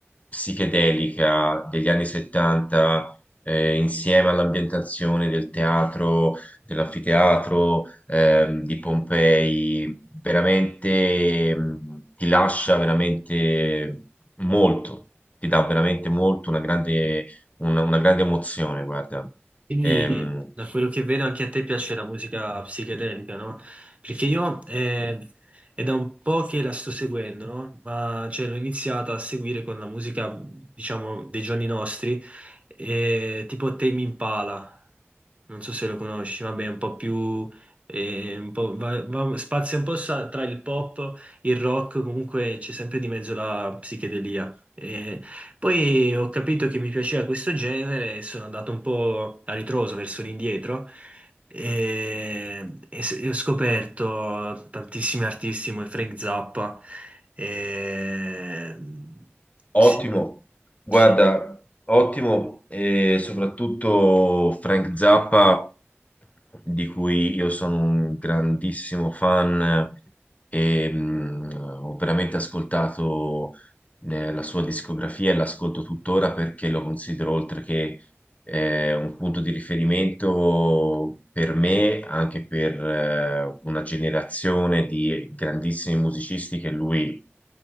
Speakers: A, on the left (about 35°); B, on the right (about 30°).
A: psichedelica degli anni 70, eh, insieme all'ambientazione del teatro, dell'anfiteatro, ehm, di Pompei, veramente mh, ti lascia veramente molto, ti dà veramente molto, una grande, una, una grande emozione, guarda.
B: Quindi,
A: Ehm,
B: da quello che vedo, anche a te piace la musica psichedelica, no? Perché io eh, è da un po' che la sto seguendo, no? Ma cioè, l'ho iniziata a seguire con la musica, diciamo, dei giorni nostri, eh, tipo Tame Impala. Non so se lo conosci, vabbè, è un po' più... eh, un po', va- va- spazia un po' sa- tra il pop, il rock, comunque c'è sempre di mezzo la psichedelia. Poi ho capito che mi piaceva questo genere e sono andato un po' a ritroso verso l'indietro e, e s- e ho scoperto tantissimi artisti come Frank Zappa. E,
A: Ottimo,
B: sì,
A: guarda,
B: sì,
A: ottimo e soprattutto Frank Zappa, di cui io sono un grandissimo fan e mh, ho veramente ascoltato eh, la sua discografia e l'ascolto tuttora perché lo considero oltre che eh, un punto di riferimento per me, anche per eh, una generazione di grandissimi musicisti che lui